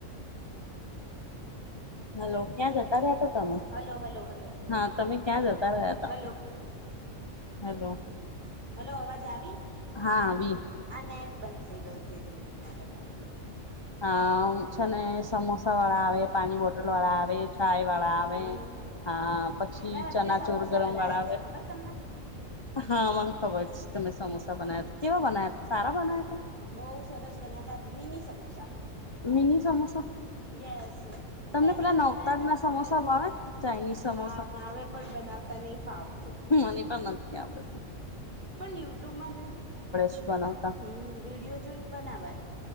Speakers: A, on the left (about 25°); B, on the right (about 35°).
A: હલો ક્યાં જતા રયા? તમે,
B: હલો હલો હલો
A: હા તમે ક્યા જતા રિયાતા.
B: Hello
A: hello.
B: હલો અવાજ આવી,
A: હા આવી
B: આ નેટ બંધ થઈ ગયું હતું એક મિનિટ માટે ખાલી
A: હા છે ને સમોસા વાળા આવે પાણી બોટલ લો વાળા આવે ચાય વાળા આવે
B: હમ
A: હા પછી
B: મેં વચ્ચે
A: ચનાચોર
B: સમોસા
A: ગરમ
B: બનાયા
A: વાળા આવે
B: તા ખબર તમને
A: હા મને ખબર છે તમે સમોસા બનાવ્યાતા કેવા બનાયા તા સારા બનાયા તા?
B: બહુ સરસ બન્યા તા mini samosa
A: mini samosa
B: yes
A: તમને
B: પહેલી
A: પેલા
B: વાર
A: નવતાર
B: બનાયા તા
A: ના
B: ને એટલે
A: સમોસા ભાવે ચાાઈનીઝ સમોસા.
B: હા ભાવે પણ બનાવતા નહી ફાવતું
A: મની પણ નથી આપડ.
B: પણ યુટ્યુબમાં જોઈને
A: છે બનાવતા
B: હમ્મ વિડિઓ જોઈને બનાવાય.